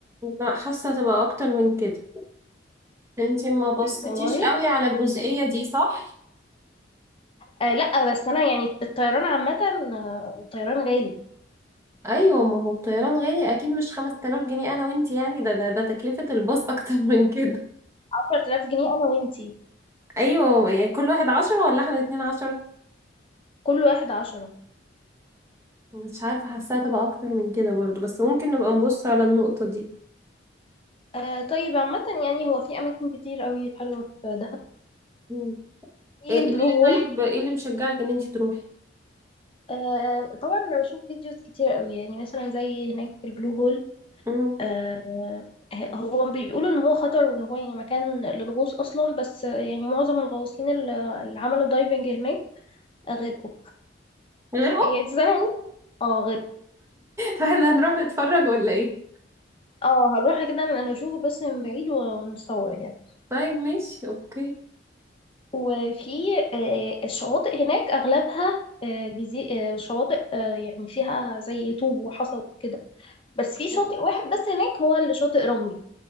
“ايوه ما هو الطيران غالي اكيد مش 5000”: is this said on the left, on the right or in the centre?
Right